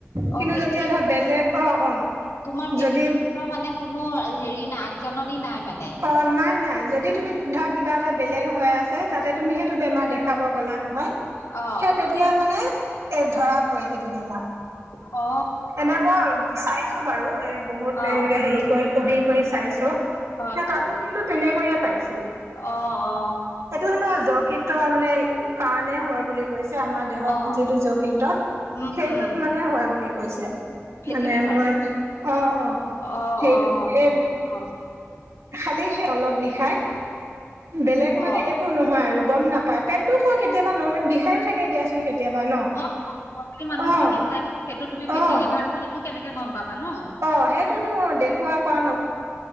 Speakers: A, on the right; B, on the left.
A: কিন্তু
B: অ ফেটি
A: যেতিয়া
B: লিভাৰ
A: ধৰ বেলেগ অ' অ'
B: তোমাৰ ফেটি
A: যদি
B: <unintelligible> কোনো হেৰি ন আগজননী নাই মানে।
A: অ' নাই নাই যদি তুমি ধৰা কিবা এটা বেলেগ হৈ আছে। তাতে তুমি সেইটো বেমাৰ দেখাব গ'লা নহয়।
B: অ
A: সেই তেতিয়া মানে এ ধৰা পৰে সেইটো বেমাৰ।
B: অ
A: এনে মই চাইছো বাৰু এ বহুত
B: অ
A: এনেকে হেৰি। <unintelligible> পঢ়ি পঢ়ি কৰি চাইছোঁ।
B: হয়
A: এই তাতো
B: হয়
A: কিন্তু তেনেকৈয়ে পাইছোঁ।
B: অ অ
A: এইটো কিন্তু যকৃত ত মানে কাৰণেই হয় বুলি কৈছে। আমাৰ দেহত
B: অ
A: যিটো যকৃতত
B: উম
A: সেইটোত
B: উম
A: মানে হয় বুলি কৈছে।
B: ফেটি
A: মানে
B: লিভাৰটো।
A: মই অ' অ'
B: অ',
A: সেইটো
B: অ',
A: এই
B: অ',
A: খালেহে অলপ বিষাই। বেলেগ
B: অ'।
A: মানে একো নহয় আৰু গম নাপায়। পেটটো ক কেতিয়াবা নৰ্মেল বিষায়ো থাকে দিয়াচোন কেতিয়াবা ন?
B: অ' <unintelligible> মানুহৰ
A: অ',
B: বিষাই সেইটো তুমি ফেটি
A: অ',
B: লিভাৰ বুলিনো কেনেকে গম পাবা ন'?
A: অ' সেইটোতো দেখুওৱা কৰা ন